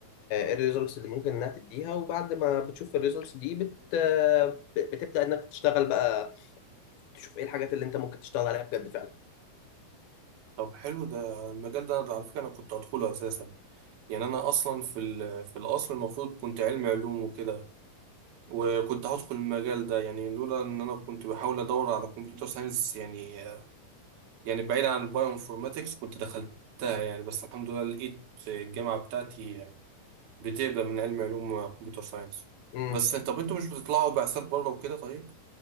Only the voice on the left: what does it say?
الريزلتس اللي ممكن انها تديها وبعد ما بتشوف الريزلتس دي بت ب- بتبدا انك تشتغل بقى تشوف ايه الحاجات اللي انت ممكن تشتغل عليها بجد فعلا
امم